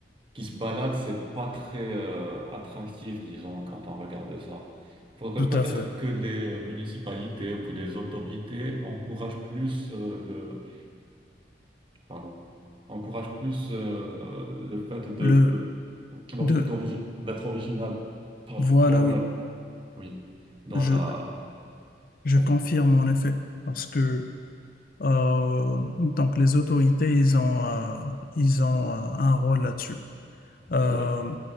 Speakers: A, on the right; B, on the left.
A: qui se balade, c'est pas très euh, attractif, disons, quand on regarde ça. Il faudrait
B: Tout
A: peut-être
B: à fait.
A: que les municipalités ou que les autorités encouragent plus euh, le, pardon, encouragent plus euh, le fait de
B: Le,
A: d'ori-
B: de,
A: d'origi- d'être original, pardon,
B: voilà,
A: dans
B: oui,
A: le, oui, dans
B: je,
A: la,
B: je
A: vas-y,
B: confirme en effet. Parce que euh, donc les autorités, ils ont, euh, ils ont euh, un rôle là-dessus. Euh,
A: oui,